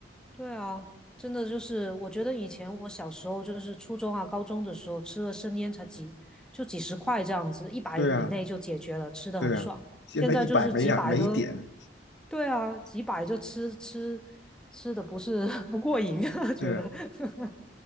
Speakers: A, in the centre; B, on the left.
A: 对啊，真的就是，我觉得以前我小时候就是初中啊、高中的时候吃了生腌才几就几十块这样子，一百以内就解决了，
B: 对啊，
A: 吃的很爽。
B: 对啊，现在一百没两没一点。
A: 现在就是几百都，对啊，几百就吃吃吃的不是 <laughs> 不过瘾，<laughs> 觉得，
B: 对啊，
A: <laughs>